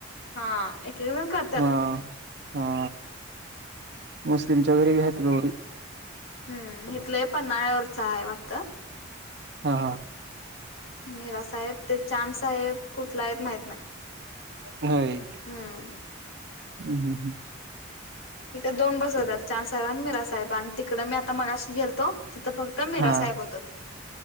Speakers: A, on the left; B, on the right.
A: हा एक एक जण करतात
B: हा हा मुस्लिमच्या घरीेबी आहेत लवी?
A: हम् हिथलं पण पळ्यावरचं आहे वाटल?
B: हा
A: मीरा साहेब ते चाद साहेब कुठला आहेत माहित नाही.
B: होय
A: हम्म
B: हम् हम्म ह्
A: इथे दोन बस होतात चांद साहेब आणि मीरा साहेब आणि तिकडं मी आता मगाशी गेलतो. तिथं फक्त मीरा
B: हा
A: साहेब होतात